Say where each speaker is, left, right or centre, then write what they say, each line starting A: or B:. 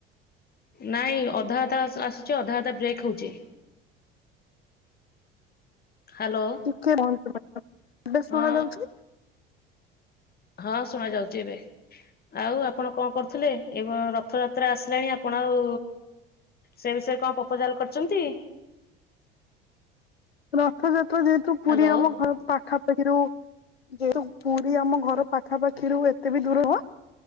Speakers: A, on the left; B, on the left.
A: ନାଇଁ ଅଧା ଅଧା ଆସୁଛି, ଅଧା ଅଧା ବ୍ରେକ୍ ହଉଛି। ହ୍ୟାଲୋ
B: <unintelligible> ଶୁଣା
A: ହଁ
B: ଯାଉଛି।
A: ହଁ ଶୁଣା ଯାଉଛି ଏବେ। ଆଉ ଆପଣ କଣ କରୁଥିଲେ? ଏବେ ରଥଯାତ୍ରା ଆସିଲାଣି ଆପଣ ଆଉ ସେ ବିଷୟରେ କଣ ପ୍ରପୋଜାଲ କରିଛନ୍ତି?
B: ରଥଯାତ୍ରା ଯେହେତୁ, ପୁରୀ
A: ହ୍ୟାଲୋ
B: ଆମ ଘର ପାଖାପାଖିରୁ ଯେଉ ପୁରୀ ଆମ ଘର ପାଖାପାଖିରୁ ଏତେ ବି ଦୂର ନୁହଁ,